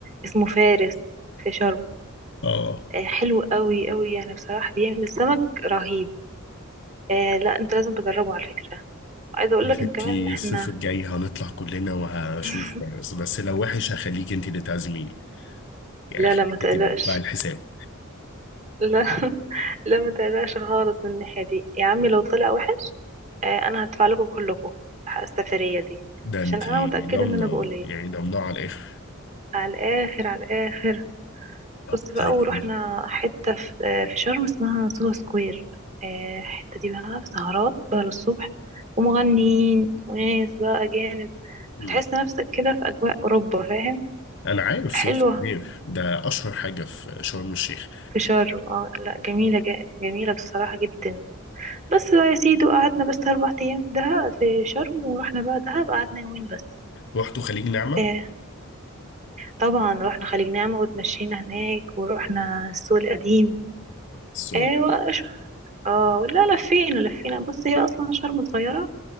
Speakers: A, on the right; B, on the left.
A: اسمه فارس في شرم
B: اه
A: آه، حلو قوي قوي يعني بصراحه بيعمل سمك رهيب آه لا انت لازم تجربه على فكره عايزه اقول
B: يا
A: لك
B: ستي
A: ان كمان احنا
B: الصيف الجاي هنطلع كلنا وهشوف
A: <laughs>
B: بس بس لو وحش هخليك انت اللي تعزميني يعني
A: لا
B: هخليك
A: لا ما تقلقش
B: انت اللي تدفعي الحساب
A: لا <laughs> لا ما تقلقش خالص من الناحية دي يا عمي لو طلع وحش آه انا هدفع لكم كلكم حق السفرية دي
B: ده
A: عشان
B: انت
A: انا متأكدة
B: ضامنه
A: ان انا بقول ايه
B: يعني ضامنه على الاخر
A: على الاخر على الاخر
B: طب
A: بصي بقى
B: زي الفل
A: ورحنا حتة في, آه في شرم اسمها سوهو سكوير آه الحتة دي بقى في سهرات بقى للصبح ومغنيين وناس بقى أجانب
B: مم.
A: هتحس نفسك كده في أجواء أوروبا فاهم
B: انا عارف
A: حلوة
B: صوص كبير ده اشهر حاجه في شرم الشيخ
A: في شرم اه لا جميلة جا- جميلة بصراحة جدا بس بقى يا سيدي وقعدنا بس أربع أيام في دهب في شرم ورحنا بقى دهب قعدنا يومين بس
B: رحتوا خليج نعمه
A: آه طبعا رحنا خليج نعمة وتمشينا هناك ورحنا السوق القديم
B: السؤال
A: آه وأش... اه لا لفينا لفينا بص هي أصلا شرم صغيرة